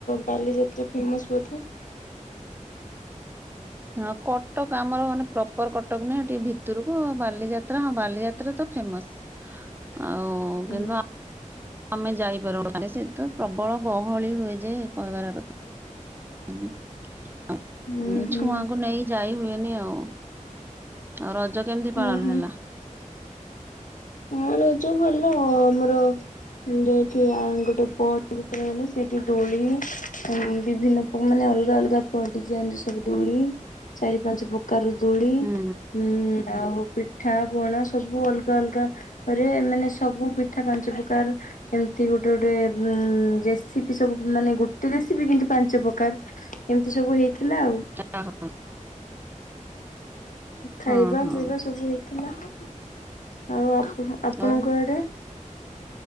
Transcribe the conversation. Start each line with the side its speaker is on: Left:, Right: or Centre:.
Left: ବାଲିଯାତ୍ରା ଫେମସ୍ ବୋଧେ।
Right: ହଁ କଟକ ଆମର ମାନେ ପ୍ରପର୍ କଟକ ନୁହେଁ ଟିକେ ଭିତୁରୁକୁ ବାଲିଯା ତ୍ରା ହଁ ବାଲିଯାତ୍ରା ତ ଫେମସ୍ ଆଉ
Left: ଉୁଁ
Right: କିନ୍ତୁ ଆ ମେ ଯାଇରୁ <unintelligible> ସେ ତ ପ୍ରବଳ ଗହଳି ହୁଏ ଯେ କହିବାର କଥା <unintelligible>
Left: ହୁଁ
Right: ଛୁଆଙ୍କୁ ନେଇ ଯାଇ ହୁଏନି ଆଉ। ଆଉ ରଜ କେମିତି
Left: ଉୁଁ
Right: ପାଳନ
Left: ହୁଁ
Right: ହେଲା।
Left: ହଁ ରଜ ଭଲ ଆମର <unintelligible> ଏଇଠି ଆଁ ଗୋଟେ ପଟ ଭିତରେ ଗଲେ ସେଇଠି ଦୋଳି ଅନ୍ ବିଭିନ୍ନ ପ ମାନେ ଅଲଗା ଅଲଗା ପ ଡିଜାଇନ୍ ର ସବୁ ଦୋଳି ଚାରି ପାଞ୍ଚ ପ୍ର କାର ଦୋଳି
Right: ହୁଁ
Left: ଉଁ ଆଉ ପିଠା ପଣା ସବୁ ଅଲଗା ଅଲଗା ପରେ ମାନେ ସବୁ ପିଠା ପାଞ୍ଚ ପକାର ଏମତି ଗୋଟେ ଗୋଟେ ଉଁ ରେସିପି ସବୁ ମାନେ ଗୋଟେ ରେସିପି କିନ୍ତୁ ପାଞ୍ଚ ପ୍ରକାର। ଏମିତି ସବୁ ହେଇଥିଲା ଆଉ।
Right: <inaudible> ହଁ
Left: ଖାଇବା
Right: ହଁ
Left: ପିଇବା ସବୁ ହେଇଥିଲା। ଆଉ ଆପଣ ଆପଣଙ୍କ
Right: ଆଉ
Left: ଆଡ଼େ?